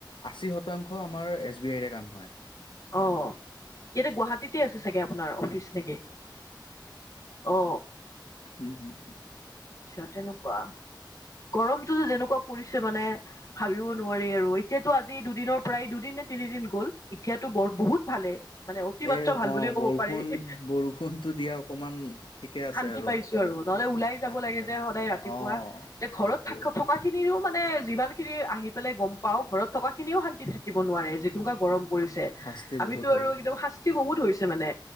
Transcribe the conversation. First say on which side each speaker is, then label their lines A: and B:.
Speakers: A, on the left; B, on the left.
A: আশী শতাংশ আমাৰ এছ বি আইৰে কাম হয়।
B: অঁ, এতিয়া গুৱাহাটীতে আছে চাগে আপোনাৰ অফিচ নেকি? অ
A: উম হুম হু।
B: আচ্ছা তেনেকুৱা গৰমটো যে যেনেকুৱা পৰিছে মানে ভাবিব নোৱাৰি আৰু এতিয়াতো আজি দুদিনৰ পৰাই এই দুদিন নে তিনিদিন গ'ল এতিয়াতো বৰ বহুত ভালে, মানে অতিমাত্ৰা
A: এই
B: ভাল
A: অঁ
B: বুলিয়ে ক'ব
A: বৰষুণ
B: পাৰি
A: বৰষুণটো দিয়া অকমান ঠিকে আছে
B: শান্তি
A: আৰু।
B: পাইছো আৰু, নহ'লে ওলাই যাব
A: তাকে
B: লাগে যে সদায় ৰাতিপুৱা
A: অ
B: এ
A: সেইটোৱে
B: ঘৰত থ কাৰ খিনিৰো মানে যিমানখিনি আহি পেলাই গম পাওঁ, ঘৰত থকা খিনিও শান্তি থাকিব নোৱাৰে যেনেকুৱা গৰম। পৰিছে,
A: শাস্তি
B: আমিতো
A: বহুত হয়
B: আৰু একদম শাস্তি বহুত হৈছে মানে